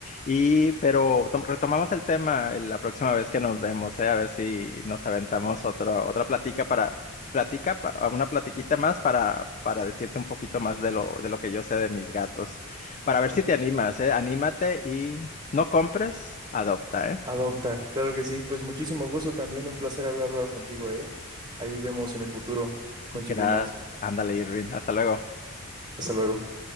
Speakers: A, on the left; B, on the right.
A: Y, pero tom- retomamos el tema eh, la próxima vez que nos vemos, eh, a ver si nos aventamos otro, otra platica para platica, pa- ah, una platiquita más para, para decirte un poquito más de lo, de lo que yo sé de mis gatos, para ver
B: Entiendo,
A: si te animas,
B: entiendo.
A: eh, anímate y no compres, adopta, ¿eh?
B: Adopta, claro que sí. Pues muchísimo gusto también, un placer haber hablado contigo, ¿eh? Ahí vemos si en el futuro coincidimos.
A: Gracias. Ándale, Irving. Hasta luego.
B: Hasta luego.